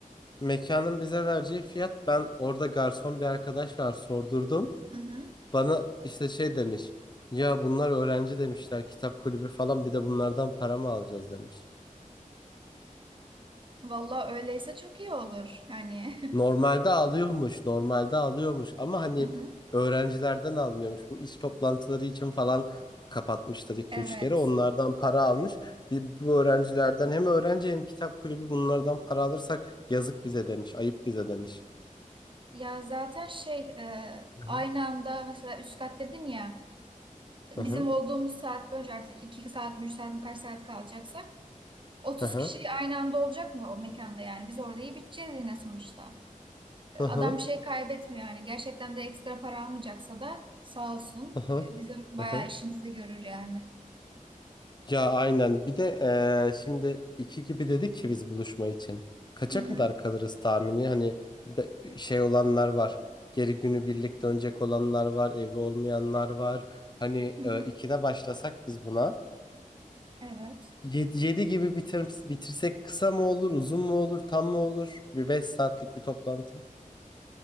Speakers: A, on the left; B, on the right.
A: Mekanın bize vereceği fiyat ben orada garson bir arkadaş var sordurdum.
B: Hı hı.
A: Bana işte şey demiş. Ya bunlar öğrenci demişler kitap kulübü falan bir de bunlardan para mı alacağız demiş.
B: Valla öyleyse çok iyi olur. Yani.
A: Normalde alıyormuş normalde alıyormuş ama hani
B: <laughs> Hı hı.
A: öğrencilerden almıyormuş. Bu iş toplantıları için falan kapatmışlar 2-3
B: Evet.
A: kere onlardan para almış. Bir, bu öğrencilerden hem öğrenci hem kitap kulübü bunlardan para alırsak yazık bize demiş ayıp bize demiş.
B: Ya zaten şey e,
A: Hı
B: aynı
A: hı.
B: anda mesela üst kat dedin ya
A: Hı
B: bizim
A: hı.
B: olduğumuz saat boyunca artık 2 saat mi 3 saat mi kaç saat kalacaksak Otuz
A: Hı hı.
B: kişi aynı anda olacak mı o mekanda yani? Biz orada iyi biteceğiz yine sonuçta.
A: Hı hı.
B: Adam bir şey kaybetmiyor yani. Gerçekten de ekstra para almayacaksa da sağ olsun.
A: Hı hı.
B: e, Bizim bayağı
A: Hı hı.
B: işimizi görür yani.
A: Ya aynen. Bir de eee, şimdi iki gibi dedik ki biz buluşma için. Kaça
B: Hı hı.
A: kadar kalırız tahmini? Hani be- şey olanlar var. Geri günü birlikte dönecek olanlar var. Evi olmayanlar var. Hani
B: Hı hı.
A: e, ikide başlasak biz buna.
B: Evet.
A: Yedi, yedi gibi bitir, bitirsek kısa mı olur, uzun mu olur, tam mı olur? Bir beş saatlik bir toplantı.